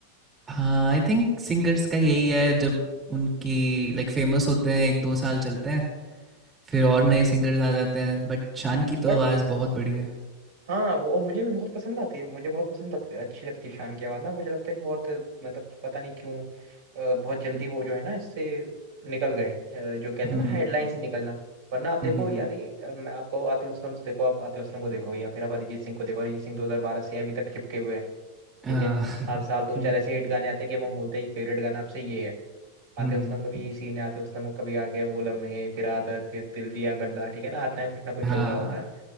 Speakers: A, on the right; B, on the right.
A: हाँ आई थिंक सिंगर्स का यही है जब उनकी लाइक फेमस होते हैं एक दो साल चलते हैं फिर और नए
B: हम्म।
A: सिंगर्स आ जाते हैं बट शान की
B: बट
A: तो आवाज़ बहुत बढ़िया है
B: हाँ वो और मुझे भी बहुत पसंद आती है मुझे बहुत पसंद लगती है अच्छी लगती है शान की आवाज़ ना मुझे लगता है कि बहुत मतलब पता नहीं क्यों अ, बहुत जल्दी वो जो है ना इससे निकल गए अ, जो कहते
A: हम्म
B: हैं ना हेडलाइन से निकलना वरना आप देखो
A: हम्म हम्म
B: यार ये अ, मैं- आपको आतिफ असलम तो देखो आप आतिफ असलम को देखो या फिर आप अरिजीत सिंह को देखो अरिजीत सिंह 2012 से अभी तक चिपके हुए हैं ठीक
A: हम्म, आ,
B: है
A: <laughs>
B: हर साल दो
A: हम्म
B: चार ऐसे हिट गाने आते हैं कि अब हम बोलते हैं फेवरेट गाना आपसे ये है आतिफ
A: हम्म,
B: असलम का भी यही सीन है आतिफ असलम को कभी आके वो लम्हे फिर आदत फिर दिल दिया गल्ला ठीक है ना हर टाइम कुछ ना कुछ
A: हाँ
B: चल रहा होता है